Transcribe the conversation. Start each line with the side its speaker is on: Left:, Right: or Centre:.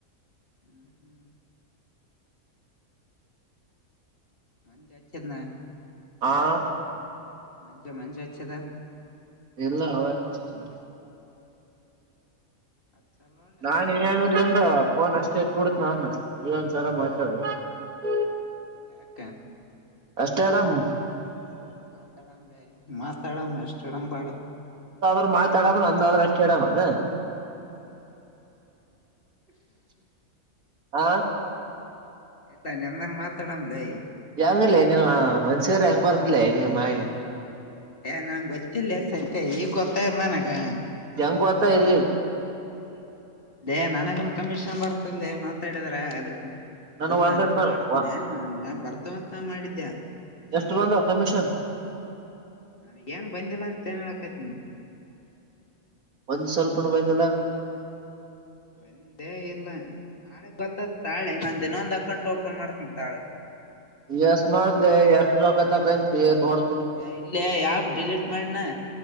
Left: ಹು ಹು ನಂದ ಹೆಚ್ಚಿದ್ನ
Right: ಆಅ
Left: ಮಂಜ ಮಂಜ ಹಚ್ಚಿದ
Right: ಇಲ್ಲ ಹವ ಯಾಕ್ ಹಚ್ಚತಾನ
Left: ಹಚ್ಚಲ್ಲ ಒಳ್ಳೆ
Right: ನಾನ್
Left: ಅವ್ರಣ
Right: ಏನು ಇರ್ಲಾಗ ಪೋನ್ ಅಷ್ಟೇ ಬಿುಡತ್ ನಾನು ಇನ್ನೊಂದಸಲಾ ಮಾತಾಡು ಅ ಪೋ
Left: ಎದಕ್ಕ
Right: ಅಷ್ಟೇ ಡಮ್
Left: ಮಾತಾಡನಲ್ಲೇ ಮಾತಾಡಾಮ ಎಷ್ಟಡಂ ಬೇಡಾ
Right: ತಂದ ಆದ್ರ ಮಾತಾಡವಾ ನನ್ನ ಆದ್ರ ಕೇಳವನು
Left: ಹ್ಹ್ಹ್ಯೂ ಹ್ಹುಯೂ
Right: ಆ
Left: ಇಲ್ಲಾ ನಿನ್ನನ್ ಮಾತಾಡಲ್ಲೇ
Right: ಹೆಂಗಲೆ ನಿನ್ ಮನುಷಿಕರ ಹೆಂಗ ಬರತಲ್ಲ ನಿಮ್ಮ ಐ
Left: ಏ ನಂಗ ಗೊತ್ತಿಲ್ಲ ಸತ್ಯ ಈಗ್ ಗೊತ್ತಾಯಿತ್ ನಂಗ
Right: ಹೆಂಗ್ ಗೋತ ಇದೆ
Left: ೇ ನನಗನ್ ಕಮಿಷನ್ ಬರ್ತದ ಮಾತಾಡಿದ್ರ ಅದಕ್ಕೆ
Right: ನನಗ್
Left: ಇದನ್ನ
Right: ಒಂದ್ ರೂಪಾಯಿ
Left: ಸುಳ್ಳಾಡತನಾ ನಾನು ಬರ್ತವಂತ ನಾ ಮಾಡಿದ್ದ
Right: ಎಷ್ಟು ಬಂದ ಕಮಿಷನ್
Left: ನನಗೇನ್ ಏನ್ ಬಂದಿಲ್ಲ ಅಂತೆನ್ ತೆಕುಂ
Right: ಒಂದ್ ಸ್ವಲ್ಪನು ಬಂದಿಲ್ಲ
Left: ಬಂದೇ ಇಲ್ಲ ನಾಳೆ ಬರ್ತದ ತಾಳೆ ನಂದ ಇನ್ನೊಂದ ಅಕೌಂಟ್ ಓಪನ್ ಮಾಡ್ತನ ತಾಳು
Right: ಎಷ್ಟು ಮಾಡ್ಸಲೆ ಎಷ್ಟು ರೊಕ್ಕಾ ತಕೊಂತೀ ನೋಡ್
Left: ಎ ಇಲ್ಲೇ ಆಪ್ ಡಿಲೀಟ್ ಮಾಡೆನಾ